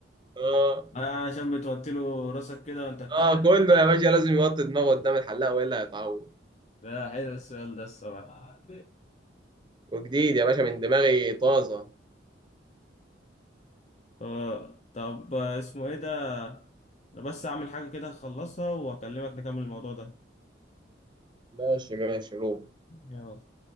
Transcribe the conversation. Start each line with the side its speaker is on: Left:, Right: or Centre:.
Right: اه
Left: آه عشان بتوطي له راسك كده وانت بتحلق
Right: اه كله يا باشا لازم يوطي دماغه قدام الحلاق والا هيتعور
Left: ده حلو السؤال ده الصراحة
Right: وجديد يا باشا من دماغي طازة
Left: اه طب آه، اسمه ايه ده انا بس اعمل حاجة كده اخلصها واكلمك نكمل الموضوع ده
Right: ماشي ماشي روح
Left: يلا